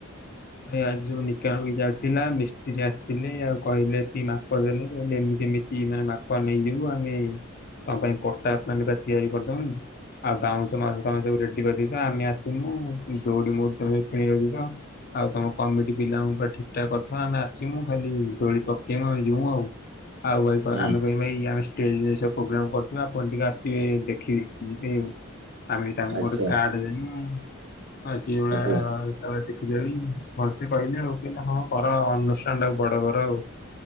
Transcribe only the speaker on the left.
ଏ ଆଯି ସବୁ ନିକା ହୋଇ ଯାଇଥିଲା ମିସ୍ତ୍ରୀ ଆସିଥିଲେ ଆଉ କହିଲେ କି ମାପ ଦେଲେ କହିଲେ ଏମିତି କେମିତି ମାନେ ମାପା ନେଇଯିବୁ ଆମେ ତ ପାଇଁ ପଟା ମାନେ ତିଆରି କରିଦବୁ। ଆଉ ବାଉଁଶ <unintelligible> ର ତ ଆମେ ଆସିମୁ ଦୌଡିମ ତମ କିଣି ରଖି ତ ଆଉ ତମ କମିଟି ପିଲାଙ୍କୁ ପୁରା ଠିକ୍ ଠାକ୍ କରିଥା ଆମେ ଆସିମୁ ଖାଲି ଦୋଳି ପକେଇମୁ ଆମେ ଜିମୁ ଆଉ। ଆଉ <unintelligible>
ଆମେ କହିବା <unintelligible> ଠିକ୍ ଜିନିଷ ପ୍ରୋଗ୍ରାମ କରୁଥିଲା ଆପଣ ଟିକେ ଆସିବେ ଦେଖିବେ ଯିବେ। ଆମେ ତାଙ୍କୁ
ଗୋଟେ କାଡ୍ ଦେନୁ ଆ ସେଉଳା
<unintelligible> <unintelligible> ଭଲସେ କହିଲି ହଉ କହିଲ ହଁ କର ଅନୁଷ୍ଠାନ ଟାକୁ ବଡ କର ଆଉ।